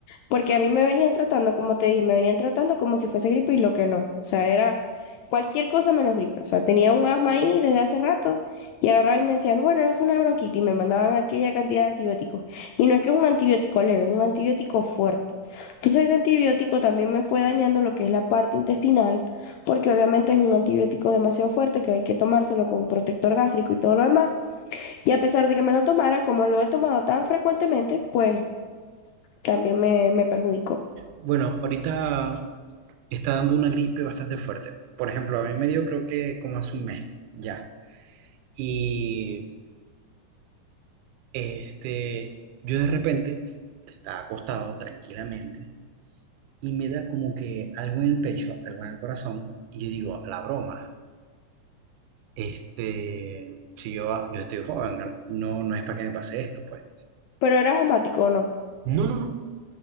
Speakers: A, on the left; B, on the right.
A: porque a mí me venían tratando, como te dije, me venían tratando como si fuese gripe y lo que no, o sea, era cualquier cosa menos gripe. O sea, tenía un asma ahí desde hace rato y agarraban y me decían, bueno, es una bronquitis y me mandaban aquella cantidad de antibióticos. Y no es que es un antibiótico leve, es un antibiótico fuerte. Entonces ese antibiótico también me fue dañando lo que es la parte intestinal, porque obviamente es un antibiótico demasiado fuerte que hay que tomárselo con un protector gástrico y todo lo demás. Y a pesar de que me lo tomara, como lo he tomado tan frecuentemente, pues también me, me perjudicó.
B: bueno, ahorita está dando una gripe bastante fuerte. Por ejemplo, a mí me dio creo que como hace un mes ya. Y este, yo de repente estaba acostado tranquilamente y me da como que algo en el pecho, algo en el corazón, y yo digo, la broma, este, si yo, yo estoy joven, no, no es para que me pase esto, pues.
A: Pero eras asmático o no.
B: No, no, no,